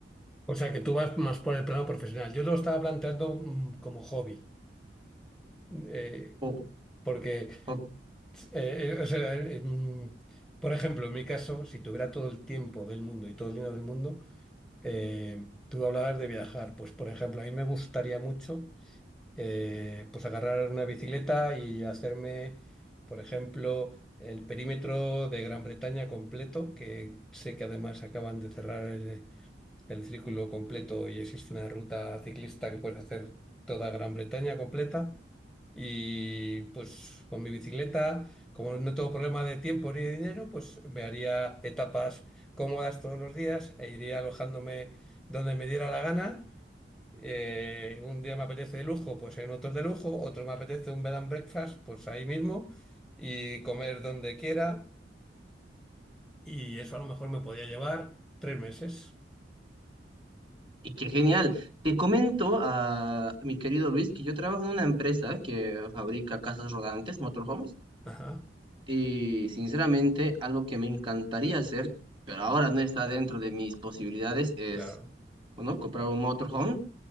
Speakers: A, in the centre; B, on the right.
A: O sea, que tú vas más por el plano profesional. Yo lo estaba planteando mm, como hobby, eh,
B: ¿O,
A: porque,
B: o
A: eh, eh, o sea, eh, mm, por ejemplo, en mi caso, si tuviera todo el tiempo del mundo y todo el dinero del mundo, Eh, tú hablabas de viajar, pues por ejemplo, a mí me gustaría mucho eh, pues agarrar una bicicleta y hacerme, por ejemplo, el perímetro de Gran Bretaña completo, que sé que además acaban de cerrar el, el círculo completo y existe una ruta ciclista que puedes hacer toda Gran Bretaña completa. Y pues con mi bicicleta, como no tengo problema de tiempo ni de dinero, pues me haría etapas cómodas todos los días e iría alojándome donde me diera la gana. Eh, un día me apetece de lujo, pues en otro de lujo, otro me apetece un bed and breakfast, pues ahí mismo, y comer donde quiera. Y eso a lo mejor me podía llevar tres meses.
B: Y qué genial. Te comento, a mi querido Luis, que yo trabajo en una empresa que fabrica casas rodantes, motorhomes,
A: Ajá,
B: y sinceramente algo que me encantaría hacer, pero ahora no está dentro de mis posibilidades, es,
A: claro.
B: bueno, comprar un motorhome,